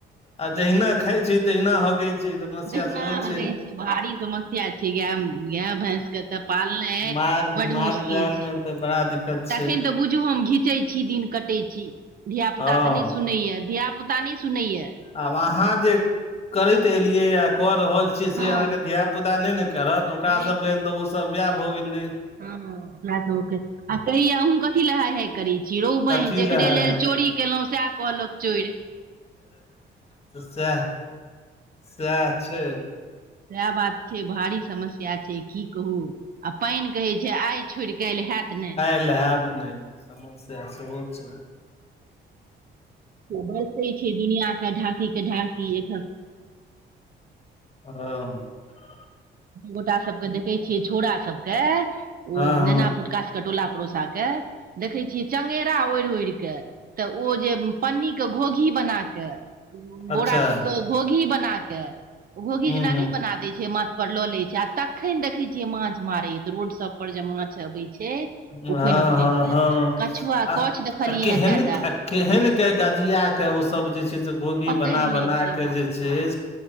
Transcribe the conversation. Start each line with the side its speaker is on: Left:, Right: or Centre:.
Left: आ जहिना खाइ छै तहिना होगै छै समस्या
Right: एना
Left: सेहो
Right: हगै
Left: छै
Right: भारी समस्या छै गाय गाय भैंस के तऽ पालनाइ
Left: माल
Right: बड
Left: माल
Right: मुश्किल
Left: जाल
Right: छै
Left: मे तऽ बड़ा दिक्कत
Right: तखन
Left: छै
Right: तऽ बुझू हम घीचे छी दिन कटै छी धिया पुता
Left: हँ
Right: तऽ नहि सुनैया धिया पुता पोता नहि सुनयै
Left: आब अहाँ जे करैत एलियै कऽ रहल छी
Right: हँ
Left: से अहाँ के धिया पुता नहि ने करत ओकरा
Right: नहि
Left: सब लेल तऽ ओसभ वएह भऽ गेलै
Right: हँ <inaudible> कहियौ अहुँ कथी ले हाय हाय करै छी रो
Left: कथी
Right: बनि जकरे
Left: लए हय
Right: लेल चोरी केलहुँ सेहै कहलक चोर
Left: सएह सएह छै
Right: सेहै बात छै भारी समस्या छै की कहू आ पानि कहैत छै आइ छोड़ि काल्हि हैत नहि
Left: लेहायब नहि समस्या सेहो छै
Right: बरसै छै दुनियाके ढाकी के ढाकी एक
Left: हाँ <unintelligible>
Right: गोटा सबके देखै छियै छोरा सबके ओ
Left: हँ हँ
Right: नेना भुटका सब कटोला पड़ोसा के देखै छियै चंगेरा ओढ़ि ओढ़ि के तऽ ओ जे पन्नी के घोघी बना के बोरा
Left: अच्छा
Right: सबके घोघी बना के घोघी
Left: हूँ
Right: जेना
Left: हूँ
Right: नहि बना दै छै माथ पर लऽ ले छै आ तखन देखै छियै माछ मारइत रोड सब पर जे माछ अबै छै
Left: हँ
Right: उफैन उफैन
Left: हँ
Right: के
Left: हँ
Right: कछुआ
Left: आ
Right: कछ देखलियै
Left: केहन
Right: हेँ कएटा
Left: के केहन के गजिया के ओ सब जे छै से घोघी
Right: पकड़ि
Left: बना
Right: लै
Left: बना
Right: छै
Left: के
Right: बाप
Left: जे
Right: रौ
Left: छै
Right: बा